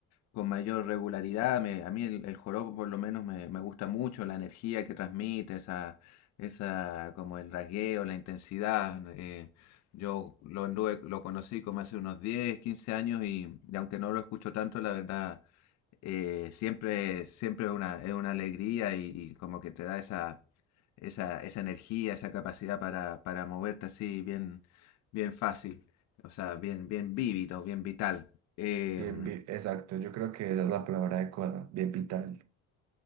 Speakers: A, on the left (about 55°); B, on the right (about 55°).
A: con mayor regularidad. Me- a mí el, el joropo por lo menos me, me gusta mucho, la energía que transmite, esa, esa como el rasgueo, la intensidad. eh, yo lo, anduve- lo conocí como hace unos 10 15 años y, y aunque no lo escucho tanto, la verdad, eh, siempre, siempre es una, es una alegría y, y como que te da esa, esa, esa energía, esa capacidad para, para moverte así bien, bien fácil. O sea, bien, bien vívido, bien vital. Em,
B: Bien, vi- exacto, yo creo que esa es la palabra adecuada, bien vital.